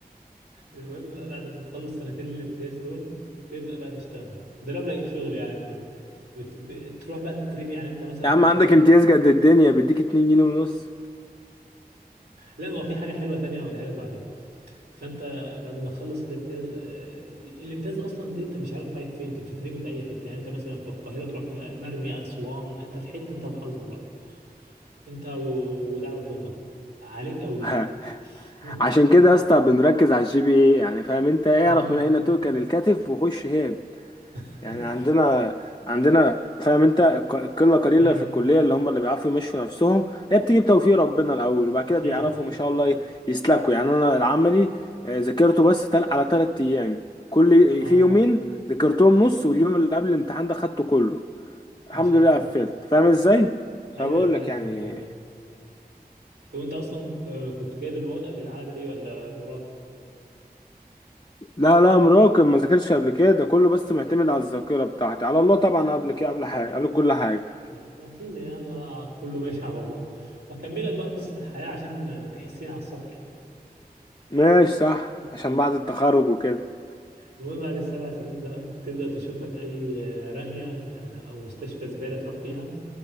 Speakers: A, on the right; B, on the left.
A: المهم بقى بعد ما تخلص سنتين الامتياز دول تبدا بقى تشتغل ده لو لقيت شغل يعني المهم بت... بتروح بقى تترمي يعني انت مثلا
B: يا
A: في
B: عم
A: محافظه
B: عندك امتياز قد الدنيا بيديك 2 جنيه ونص
A: لا ما هو في حاجة حلوة تانية هقولها لك بعدين فانت بعد ما تخلص الامتياز آه، الامتياز اصلا دي انت مش عارف رايح فين انت بتترمي في اي حته يعني انت مثلا في القاهره تروح م- مرمي اسوان انت في حته انت وحظك بقى انت و- ودعوه امك عليك او ليك
B: <laughs> ها،
A: <laughs>
B: عشان كده يا اسطى بنركز على الجي بي اي يعني فاهم انت اعرف
A: اه
B: من اين توكل الكتف وخش هابط
A: <laughs>
B: يعني عندنا عندنا فاهم انت ق- قله قليله
A: امم
B: في الكليه اللي هم اللي بيعرفوا يمشوا نفسهم هي بتيجي بتوفيق ربنا الاول وبعد
A: اكيد
B: كده بيعرفوا
A: اه
B: ما شاء الله ي- يسلكوا يعني انا العملي آه، ذاكرته بس تل على ثلاث ايام كل
A: آه،
B: في يومين ذاكرتهم نص واليوم اللي قبل الامتحان ده خدته كله
A: ما
B: الحمد
A: شاء
B: لله
A: الله
B: قفلت فاهم ازاي فبقول
A: ايوه اكيد
B: لك
A: الحمد
B: يعني
A: لله طب وانت اصلا ك- كنت جايب المواد قبل العملي ولا مراكم
B: لا لا مراقب ما ذاكرش قبل كده ده كله بس معتمد على الذاكره بتاعتي على الله طبعا قبل كده قبل حاجه قبل كل حاجه
A: يعني اكيد يعني أنا كله ماشي على الله بكمل لك بقى قصة الحياة عشان تحسين على السفر
B: ماشي صح عشان بعد التخرج وكده
A: المهم بعد السبع سنين بقى تبدأ تشوف لك أي رمية آه، أو مستشفى زبالة تروح فيها